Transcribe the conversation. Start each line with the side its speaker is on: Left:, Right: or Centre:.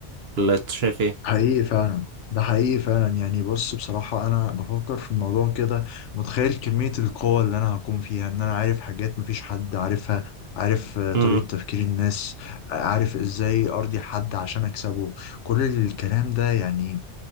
Right: ولا انت شايف ايه
Left: حقيقي فعلا ده حقيقي فعلا يعني بص بصراحة أنا بفكر في الموضوع كده متخيل كمية القوة اللي أنا هكون فيها إن أنا عارف حاجات مفيش حد عارفها عارف آه،
Right: امم
Left: طريقة تفكير الناس آه، عارف إزاي أرضي حد عشان أكسبه كل الكلام ده يعني